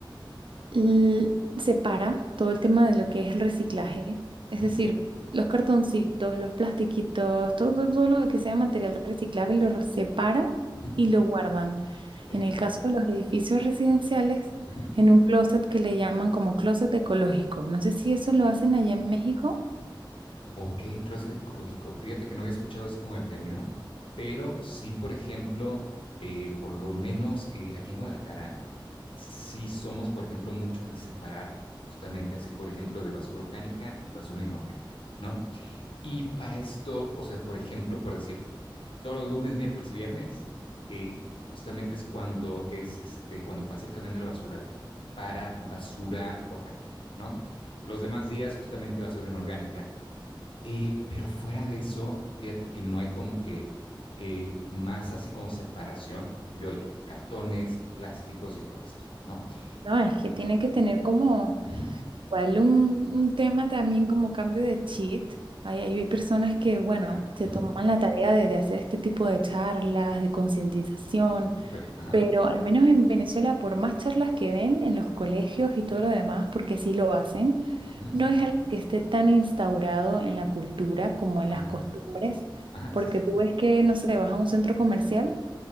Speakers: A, on the right (about 75°); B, on the left (about 85°).
A: l- separa todo el tema de lo que es el reciclaje, es
B: Ujú,
A: decir, los cartoncitos, los plastiquitos, todo, todo todo lo que sea material reciclable lo re- separa
B: ujú,
A: y lo guardan.
B: ok,
A: En el
B: ajá.
A: caso de los edificios residenciales,
B: ujú.
A: en un closet que le llaman como closet ecológico. No sé si eso lo hacen allá en México.
B: Ok, closet ecológico. Fíjate que no había escuchado así como el término, pero sí, por ejemplo, eh, por lo menos eh, aquí en Guadalajara, sí somos, por ejemplo, mucho de separar justamente así, por ejemplo, de basura orgánica y basura inorgánica, ¿no? Y para esto, o sea, por ejemplo, por decirte, todos los lunes, miércoles y viernes, eh, justamente es cuando es este, cuando pasa el camión de la basura para basura orgánica, ¿no? Los demás días, justamente basura inorgánica. Eh, pero fuera de eso, fíjate que no hay como que eh, más así como separación de, oye, cartones, plásticos y todo esto, ¿no?
A: No,
B: Este,
A: es que tiene que tener como
B: ujú,
A: Igual un, un tema también como cambio de cheat. Hay, hay personas que, bueno,
B: claro,
A: se
B: ujú,
A: toman la tarea de, de hacer este tipo de charlas, de concientización,
B: súper, ajá,
A: pero al menos en Venezuela, por más charlas que den en los colegios y todo lo demás, porque sí lo hacen,
B: ujú,
A: no es algo que esté tan instaurado en la cultura como en
B: ajá,
A: las costumbres,
B: ajá,
A: porque
B: sí, sí,
A: tú ves que, no sé, vas a un centro comercial